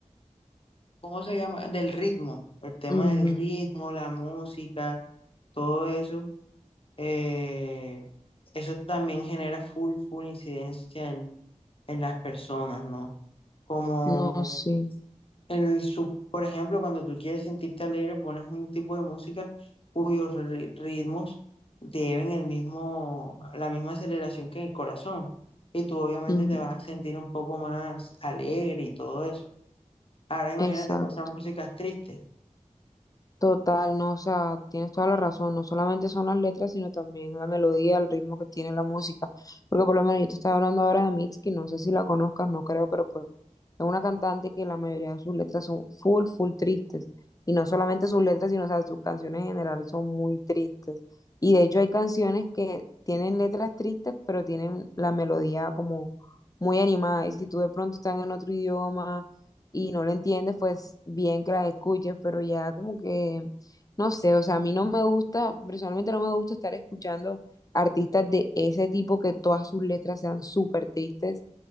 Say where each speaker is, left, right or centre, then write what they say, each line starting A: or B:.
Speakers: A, on the left; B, on the left.
A: ¿Cómo se llama? Del ritmo, el tema
B: ujú,
A: del ritmo, la música, todo eso. eh, eso también genera full, full incidencia en, en las personas, ¿no? Como
B: No, sí,
A: en su, por ejemplo, cuando tú quieres sentirte alegre, pones un tipo de música cuyos ri- ritmos deben el mismo, la misma aceleración que el corazón. Y tú obviamente
B: ujú,
A: te vas a sentir un poco más alegre y todo eso. Ahora imagínate
B: exacto.
A: con esas músicas tristes.
B: Total, no, o sea, tienes toda la razón, no solamente son las letras, sino también la melodía, el ritmo que tiene la música, porque por lo menos yo te estaba hablando ahora de Mitski, no sé si la conozcas, no creo, pero pues es una cantante que la mayoría de sus letras son full, full tristes, y no solamente sus letras, sino, o sea, sus canciones en general son muy tristes, y de hecho hay canciones que tienen letras tristes, pero tienen la melodía como muy animada, y si tú de pronto estás en otro idioma y no lo entiendes, pues bien que la escuches, pero ya como que, no sé, o sea, a mí no me gusta, personalmente no me gusta estar escuchando artistas de ese tipo que todas sus letras sean súper tristes,